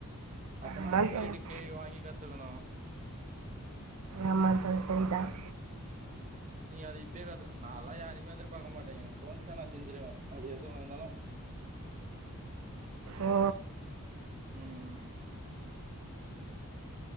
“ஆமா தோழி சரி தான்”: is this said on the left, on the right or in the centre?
Right